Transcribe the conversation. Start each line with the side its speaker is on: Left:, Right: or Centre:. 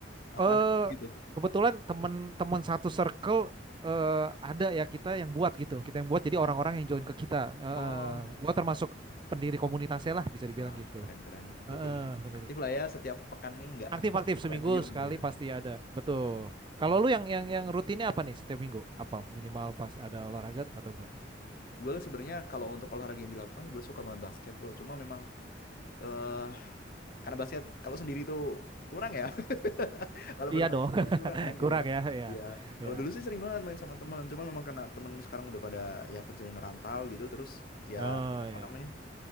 Left: Apa
Right: Eh
Left: ada gitu? Gitu.
Right: kebetulan teman-teman satu circle eh ada ya kita yang buat gitu, kita yang buat jadi orang-orang
Left: Oh,
Right: yang join ke kita. Eh eh,
Left: oh, I see,
Right: gua termasuk
Left: I see.
Right: pendiri komunitasnya lah bisa dibilang
Left: Wah,
Right: gitu.
Left: keren-keren. Berarti
Right: Heeh, pendiri.
Left: aktif lah ya Ya, setiap pekan nih nggak
Right: Aktif-aktif
Left: nggak nggak
Right: seminggu
Left: diem
Right: sekali
Left: gitu ya.
Right: pasti ada, betul.
Left: gitu
Right: Kalau
Left: ya. Wah, kalau
Right: lu yang
Left: gue
Right: yang yang rutinnya apa nih setiap minggu? Apa minimal pas ada olahraga atau enggak?
Left: sebenarnya kalau untuk olahraga yang dilakukan gue suka banget basket, Bro. Cuma memang eh karena basket kalau sendiri tuh kurang ya. kalau
Right: Iya
Left: bermain
Right: dong,
Left: sendiri
Right: <laughs>
Left: kurang kan
Right: kurang
Left: gitu kan
Right: ya, ya,
Left: ya kalau
Right: ya.
Left: dulu sih sering banget main sama teman cuma memang karena teman sekarang udah pada ya kerja yang ngerantau gitu terus ya
Right: Oh
Left: apa
Right: ya,
Left: namanya